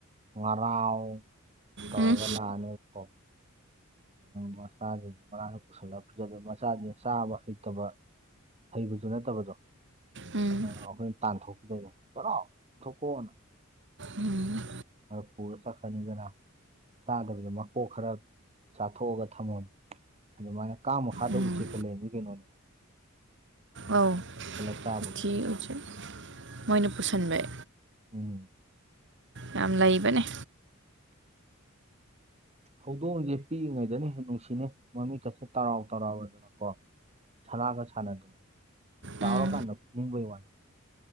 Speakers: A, on the right; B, on the right.
A: ꯉꯔꯥꯎ ꯇꯂꯒꯅ
B: ꯎꯝ ꯎꯝ
A: ꯑꯅꯤ ꯀ ꯃꯆꯥꯗꯨꯗꯤ ꯃꯔꯥꯡꯁꯨ ꯄꯨꯁꯜꯂꯛꯗ ꯃꯆꯥꯗꯤ ꯆꯥꯕ ꯍꯩꯇꯕ ꯍꯩꯕꯗꯨ ꯅꯠꯇꯕꯗꯣ
B: ꯎꯝ
A: ꯑ ꯑꯩꯈꯣꯏꯅ ꯇꯥꯟꯊꯣꯛꯀꯗꯧꯅꯦ ꯀꯔꯣꯊꯣꯛꯀꯣꯑꯣꯅ
B: ꯎꯝ
A: ꯑꯗꯨ ꯄꯨꯔ ꯆꯠꯀꯅꯤꯗꯅ ꯆꯥꯗꯕꯤꯗ ꯃꯀꯣꯛ ꯈꯔ ꯆꯥꯊꯣꯛꯑꯒ ꯊꯝꯃꯝ ꯑꯗꯨꯃꯥꯏꯅ ꯀꯥꯡ ꯃꯈꯥꯗ
B: ꯎꯝ
A: ꯎꯆꯦꯛꯀ ꯂꯩꯔꯝꯃꯤ ꯀꯩꯅꯣꯅꯦ <inaudible>
B: ꯑꯧ
A: ꯄꯨꯁꯜꯂ ꯆꯥꯕꯒꯤ
B: <unintelligible> ꯃꯣꯏꯅ ꯄꯨꯁꯟꯕꯩ
A: ꯎꯝ
B: ꯌꯥꯝ ꯂꯩꯕꯅꯦ
A: ꯍꯧꯗꯣꯡꯁꯦ ꯄꯤꯛꯏꯉꯩꯗꯅ ꯍꯦꯟ ꯅꯨꯡꯁꯤꯅꯦ ꯃꯃꯤꯠ ꯀꯁꯦ ꯇꯔꯥꯎ ꯇꯔꯥꯎꯔꯗꯅꯀꯣ ꯁꯅꯥꯒ ꯁꯥꯟꯅꯗꯅ ꯆꯥꯎꯔꯀꯥꯟꯗ
B: ꯎꯝ
A: ꯐꯨꯅꯤꯡꯕꯩ ꯋꯥꯅꯤ